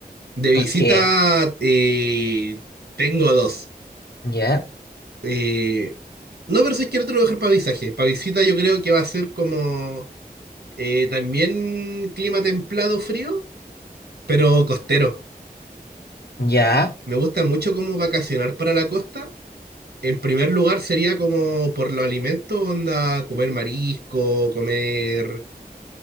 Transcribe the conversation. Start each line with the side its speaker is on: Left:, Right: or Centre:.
Right: De visita
Left: porque,
Right: eh, tengo dos.
Left: ya,
Right: Eh, no, pero si quiero otro lugar para paisaje. Para visita yo creo que va a ser como eh, también clima templado frío, pero costero.
Left: ya,
Right: Me gusta mucho como vacacionar para la costa En primer lugar sería como por los alimentos, onda, comer marisco, comer